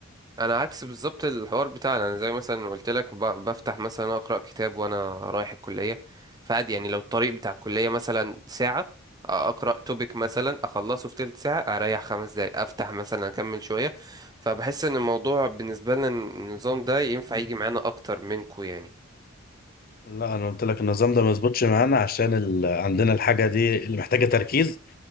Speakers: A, on the right; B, on the left.
A: انا عكس بالظبط الحوار بتاعنا انا زي مثلا قلت لك ب- بفتح مثلا اقرا كتاب وانا رايح الكليه فعادي يعني لو الطريق بتاع الكليه مثلا ساعه اقرا توبيك مثلا اخلصه في تلت ساعه اريح خمس دقايق افتح مثلا اكمل شويه فبحس ان الموضوع بالنسبه لنا النظام ده ينفع يجي معانا اكتر منكو يعني
B: لا انا قلت لك النظام ده ما يظبطش معانا عشان ال... عندنا الحاجة دي اللي محتاجة تركيز